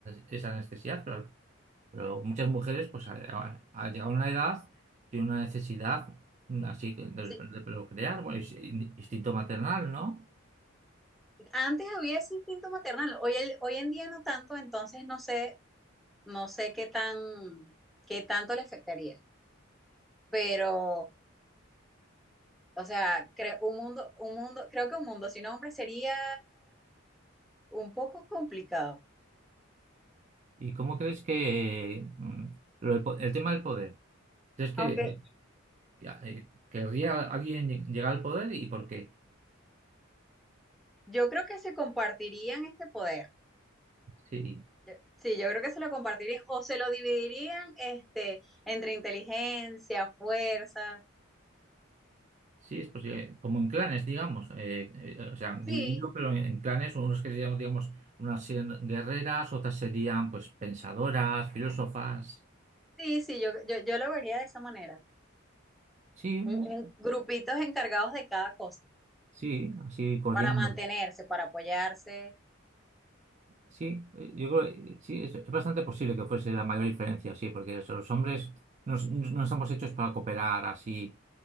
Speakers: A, on the right; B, in the centre.
A: esa necesidad, pero, pero muchas mujeres, pues a- a- al llegar a una edad, tienen una necesidad mm, así de,
B: Sí,
A: de procrear, bueno, es in- instinto maternal, ¿no?
B: Antes había ese instinto maternal, hoy, el- hoy en día no tanto, entonces no sé, no sé qué tan, qué tanto le afectaría. Pero, o sea, creo un mundo, un mundo, creo que un mundo sin hombres sería un poco complicado.
A: ¿Y cómo crees que mm, lo del po- el, tema del poder? ¿Crees que,
B: Aunque
A: eh, querría alguien lleg- llegar al poder y por qué?
B: yo creo que se compartirían este poder.
A: Sí,
B: Yo- Sí, yo creo que se lo compartirían o se lo dividirían este, entre inteligencia, fuerza.
A: sí, es posible. Como en clanes, digamos. eh, eh, o sea,
B: Sí,
A: dividido, pero en clanes, unos que serían, digamos, unas serían guerreras, otras serían, pues, pensadoras, filósofas.
B: sí, sí, yo, yo, yo lo vería de esa manera.
A: Sí, eh,
B: Un, un- grupitos encargados de cada cosa.
A: sí, así coordinando.
B: para mantenerse, para apoyarse,
A: Sí, eh, yo creo que sí, es, es bastante posible que fuese la mayor diferencia, sí, porque eso, los hombres nos- no estamos hechos para cooperar así